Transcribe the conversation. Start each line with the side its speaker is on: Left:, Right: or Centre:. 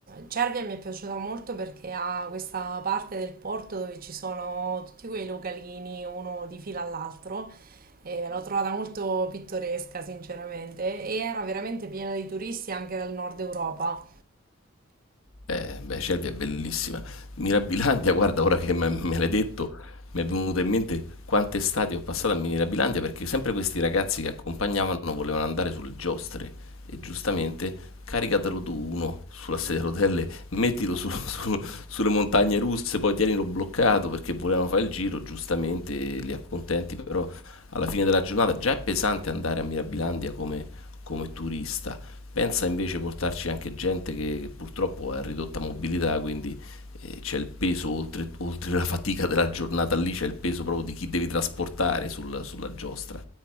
Right: Cervia mi è piaciuta molto perché ha questa parte del porto dove ci sono tutti quei localini uno di fila all'altro. E l'ho trovata molto pittoresca, sinceramente, e era veramente piena di turisti anche dal nord Europa.
Left: Eh, beh, Cervia è bellissima. Mirabilandia, <laughs> guarda, ora che me, me l'hai detto, mi è venuto in mente quante estati ho passato a Mirabilandia perché sempre questi ragazzi che accompagnavano volevano andare sulle giostre e giustamente caricatelo tu uno sulla sedia a rotelle, mettilo su- <laughs> su- sulle montagne russe, poi tienilo bloccato perché volevano fare il giro, giustamente li accontenti, però alla fine della giornata già è pesante andare a Mirabilandia come come turista. Pensa invece portarci anche gente che, che purtroppo ha ridotta mobilità, quindi eh, c'è il peso, oltre, oltre la fatica della giornata lì, c'è il peso proprio di chi devi trasportare sul- sulla giostra.